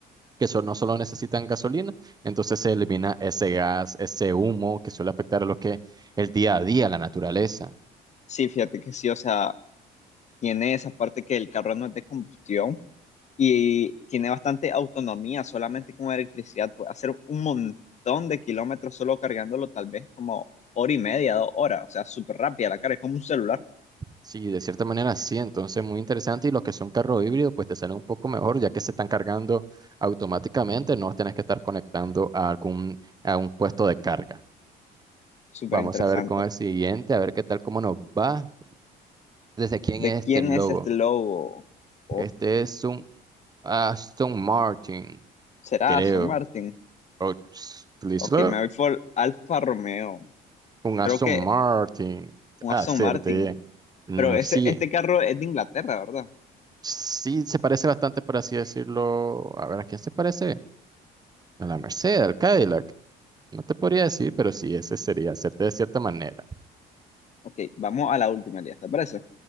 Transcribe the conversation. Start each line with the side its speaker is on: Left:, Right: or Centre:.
Right: que so- no solo necesitan gasolina, entonces se elimina ese gas, ese humo que suele afectar a lo que el día a día, la naturaleza.
Left: Sí, fíjate que sí, o sea, tiene esa parte que el carro no es de combustión y tiene bastante autonomía, solamente con electricidad puede hacer un montón de kilómetros solo cargándolo, tal vez como hora y media, dos horas, o sea, súper rápida la carga, es como un celular,
Right: Sí, de cierta manera sí, entonces muy interesante y los que son carros híbridos pues te salen un poco mejor ya que se están cargando automáticamente, no tienes que estar conectando a algún a un puesto de carga.
Left: súper
Right: Vamos
Left: interesante.
Right: a ver con el siguiente, a ver qué tal cómo nos va. ¿Desde quién
Left: ¿De
Right: es
Left: quién
Right: este logo?
Left: es este logo? ¿O
Right: Este es un Aston Martin,
Left: será
Right: creo.
Left: Aston Martin?
Right: O Chrysler.
Left: Ok, me voy por Alfa Romeo,
Right: Un Aston
Left: creo que
Right: Martin.
Left: un
Right: Hacerte.
Left: Aston Martin,
Right: Mm,
Left: pero ese,
Right: sí,
Left: este carro es de Inglaterra, ¿verdad?
Right: sí se parece bastante, por así decirlo. A ver, ¿a quién se parece? A la Mercedes, al Cadillac. No te podría decir, pero sí, ese sería hacerte de cierta manera.
Left: Ok, vamos a la última, Elías, ¿te parece?